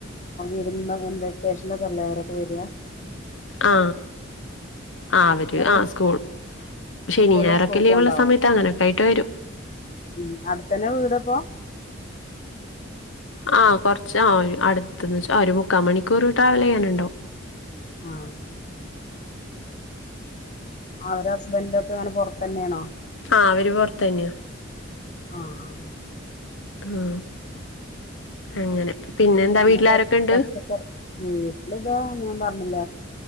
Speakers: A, on the left; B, on the left.
A: ഓരുമ്പ വെക്കേഷൻ ഒക്കെ അല്ലേ അവരൊക്കെ വരിയാ
B: ആ ആ വരൂ
A: അവരെ
B: ആ സ്കൂൾ പക്ഷെ
A: കുട്ടികള്
B: ഇനി ഞരൊക്കെ
A: സ്കൂൾക്ക്
B: ലീവ്ള്ള
A: കൊണ്ടാവോ
B: സമയത്ത് അങ്ങനൊക്കെ ആയിട്ട് വരും
A: ഉം അടുത്തന്നെ വീട്പ്പോ
B: ആഹ കൊറച്ച് ആ ഒരു അടുത്തന്ന് ഒരു മുക്കാ മണിക്കൂർ ട്രാവൽ ചെയ്യാനുണ്ടോ
A: ആഹ് അവടെ ഹസ്ബൻഡ് ഒക്കെ അങ്ങനെ പുറത്ത തന്നെയാണോ
B: ആ അവര് പുറത്ത തന്നെയ
A: ആഹ് ആഹ്
B: ഉ അങ്ങനെ പിന്നെ എന്താ വീട്ടിലാരൊക്കെ
A: പ
B: ഉണ്ട്
A: പച്ചക്കറി വീട്ടിലിതാ ഞാൻ പറഞ്ഞില്ല